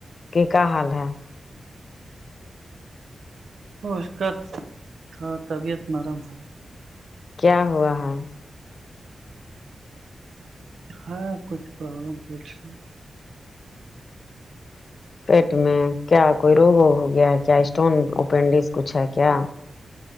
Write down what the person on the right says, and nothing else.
اس کا تھوڑا طبیعت نرم ہے
ہاں کچھ پرابلم پیٹ سے